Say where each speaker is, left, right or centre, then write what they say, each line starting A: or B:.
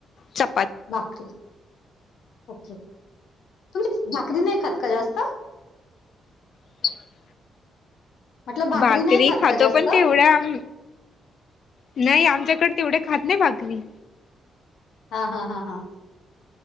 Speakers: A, on the left; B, on the left.
A: चप
B: भाकरी ओके तुम्ही भाकरी नाही खात का जास्त.
A: <inaudible>
B: म्हटलं
A: भाकरी
B: नाही खात
A: खातो
B: का जास्त
A: पण तेवढा आम् नाही आमच्याकडे तेवढे खात नाही भाकरी
B: हा हा हा हा